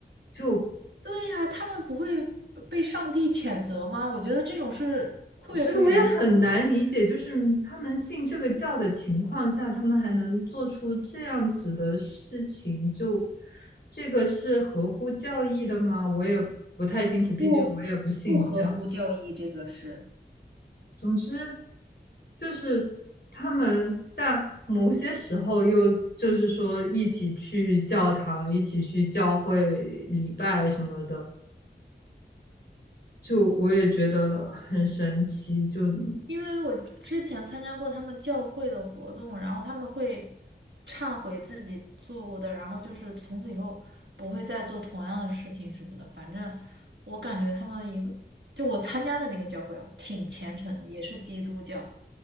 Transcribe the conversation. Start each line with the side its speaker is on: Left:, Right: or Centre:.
Left: 就
Right: 对呀，他们不会被上帝谴责吗？我觉得这种是特别不允许的，
Left: 所以我也很难理解，就是他们信这个教的情况下，他们还能做出这样子的事情，就这个是合乎教义的吗？我也不太清楚，毕竟我也不信教。
Right: 不不合乎教义，这个是。
Left: 总之，就是他们在某些时候又就是说一起去教堂，一起去教会礼拜什么的，就我也觉得很神奇，就嗯，
Right: 因为我之前参加过他们教会的活动，然后他们会忏悔自己做过的，然后就是从此以后不会再做同样的事情什么的。反正我感觉他们一个，就我参加的那个教会啊，挺虔诚的，也是基督教，